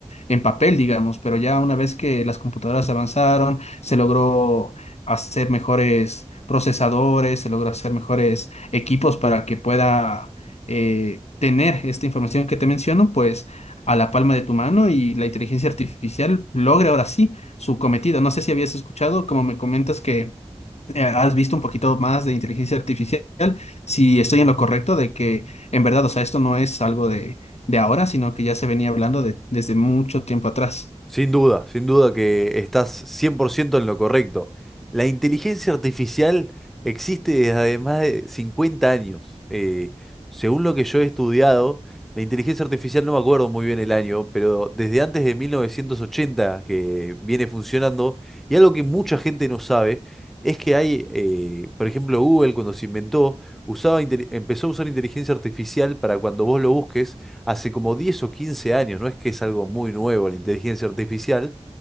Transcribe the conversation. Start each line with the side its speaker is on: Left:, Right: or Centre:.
Left: en papel, digamos, pero ya una vez que las computadoras avanzaron, se logró hacer mejores procesadores, se logró hacer mejores equipos para que pueda eh, tener esta información que te menciono, pues a la palma de tu mano y la inteligencia artificial logre ahora sí su cometido. No sé si habías escuchado, como me comentas que eh, has visto un poquito más de inteligencia artificial, si estoy en lo correcto de que en verdad, o sea, esto no es algo de, de ahora, sino que ya se venía hablando de- desde mucho tiempo atrás.
Centre: Sin duda, sin duda que estás 100% en lo correcto. La inteligencia artificial existe desde hace más de 50 años. Eh, según lo que yo he estudiado, la inteligencia artificial, no me acuerdo muy bien el año, pero desde antes de 1980 que viene funcionando, y algo que mucha gente no sabe, es que hay, eh, por ejemplo, Google cuando se inventó, usaba, inte- empezó a usar inteligencia artificial para cuando vos lo busques hace como diez o quince años, no es que es algo muy nuevo la inteligencia artificial,